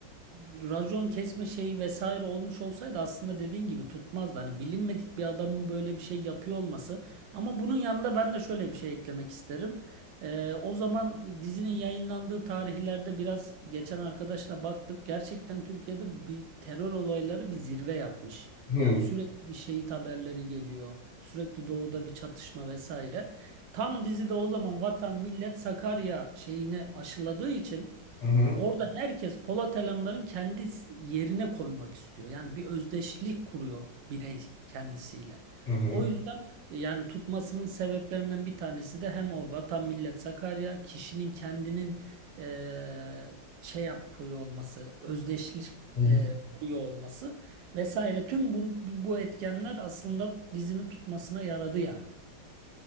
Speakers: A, on the right (about 80°); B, on the left (about 45°).
A: racon kesme şeyi vesaire olmuş olsaydı aslında dediğin gibi tutmazdı. Hani bilinmedik bir adamın böyle bir şey yapıyor olması. Ama bunun yanında ben de şöyle bir şey eklemek isterim. E, o zaman dizinin yayınlandığı tarihlerde biraz geçen arkadaşla baktık. Gerçekten Türkiye'de bir terör olayları bir zirve yapmış.
B: Hı
A: Yani sürekli bir şehit haberleri geliyor. Sürekli doğuda bir çatışma vesaire. Tam dizide o zaman Vatan Millet Sakarya şeyini aşıladığı için
B: hı
A: e, orada herkes Polat Alemdar'ın kendi yerine koymak istiyor. Yani bir özdeşlik kuruyor birey kendisiyle.
B: hı hı.
A: O yüzden e, yani tutmasının sebeplerinden bir tanesi de hem o Vatan Millet Sakarya kişinin kendinin eee, şey yapıyor olması, özdeşlik
B: hı. hı.
A: eee, kuruyor olması vesaire. Tüm bu, bu etkenler aslında dizinin tutmasına yaradı yani.